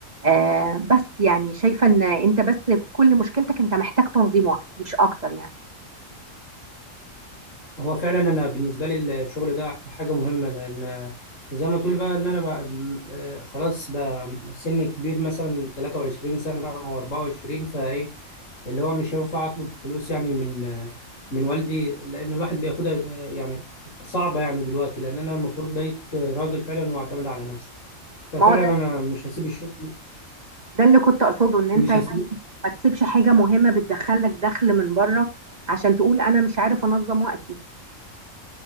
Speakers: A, on the right (about 30°); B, on the left (about 70°).
A: آه بس يعني شايفة ان انت بس كل مشكلتك انت محتاج تنظيم وقت مش اكتر يعني
B: هو فعلا انا بالنسبه لي الشغل ده حاجه مهمه لان زي ما تقول بقى ان انا بقى م- آه، خلاص بقى سن كبير مثلا 23 سنه او 24 فايه اللي هو مش هينفع اطلب فلوس يعني من آه، من والدي لان الواحد بياخدها آه، يعني صعبه يعني دلوقتي لان انا المفروض بقيت راجل فعلا واعتمد على نفسي ففعلا
A: ما هو ده
B: انا مش هسيب الشغل
A: ده اللي كنت اقصده ان انت
B: مش
A: يعني
B: هسيب
A: ما تسيبش حاجة مهمة بتدخلك دخل من بره عشان تقول انا مش عارف انظم وقتي